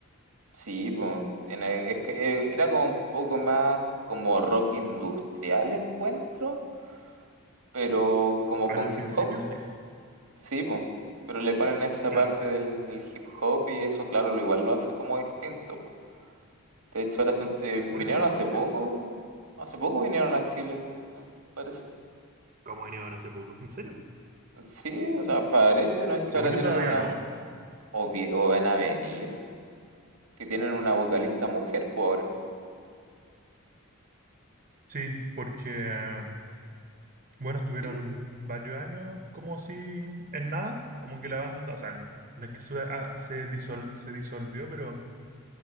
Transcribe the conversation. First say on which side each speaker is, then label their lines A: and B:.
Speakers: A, on the right; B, on the right.
A: sí, pues, tiene, es que eh, era como un poco más como rock industrial encuentro, pero como
B: Al
A: con
B: principio
A: hip hop.
B: sí,
A: Sí, po, pero le ponen esa
B: Claro,
A: parte del, del hip hop y eso, claro, lo igual lo hace como distinto, po. De hecho, ahora están- eh, vinieron
B: por eso es
A: hace
B: alternativo.
A: poco, hace poco vinieron a Chile, ¿no? parece.
B: Como vinieron hace poco. ¿En serio?
A: Sí, o sea, parece, ¿no? Es que
B: Según
A: ahora tienen
B: yo todavía
A: una,
B: no.
A: o, vie- o van a venir, que tienen una vocalista mujer, pues ahora.
B: Sí, porque, eh, bueno, estuvieron
A: Sí,
B: varios años como así en nada, como que la banda, o sea, n- no es que se, ah, se, disol- se disolvió, pero